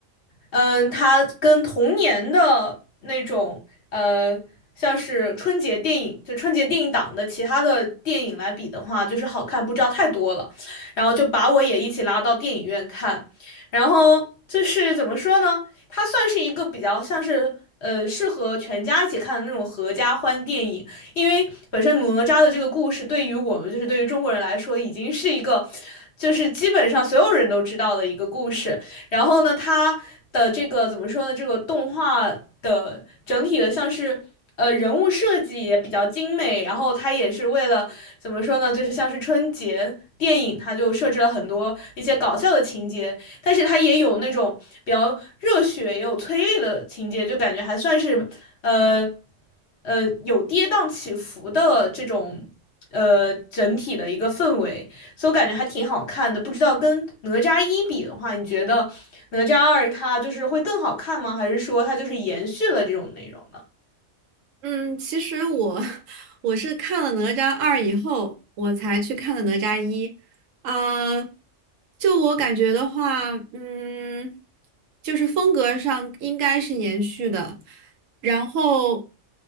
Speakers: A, on the left (about 60°); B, on the right (about 85°).
A: 嗯，他跟童年的那种呃，像是春节电影，就春节电影档的其他的电影来比的话，就是好看不知道太多了。然后就把我也一起拉到电影院看。然后就是怎么说呢？它算是一个比较像是呃适合全家一起看的那种合家欢电影，因为本身哪吒的这个故事对于我们就是对于中国人来说已经是一个，就是基本上所有人都知道的一个故事。然后呢，它的这个怎么说呢？这个动画的整体的像是。呃，人物设计也比较精美，然后它也是为了怎么说呢？就是像是春节电影，它就设置了很多一些搞笑的情节，但是它也有那种比较热血，也有催泪的情节，就感觉还算是呃呃有跌宕起伏的这种呃整体的一个氛围，所以我感觉还挺好看的。不知道跟哪吒一比的话，你觉得哪吒二它就是会更好看吗？还是说它就是延续了这种内容呢？
B: 嗯，其实我 <laughs> 我是看了《哪吒二》以后，我才去看的《哪吒一》。啊、就我感觉的话，嗯，就是风格上应该是延续的。然后，